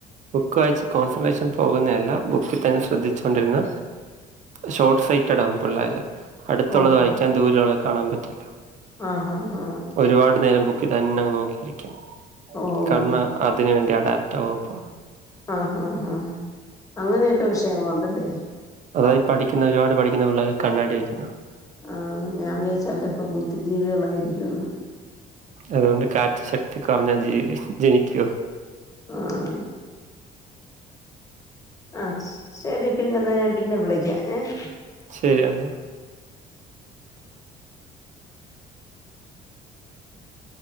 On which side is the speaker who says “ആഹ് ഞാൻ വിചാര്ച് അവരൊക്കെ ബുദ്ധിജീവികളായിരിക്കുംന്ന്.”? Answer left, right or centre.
Left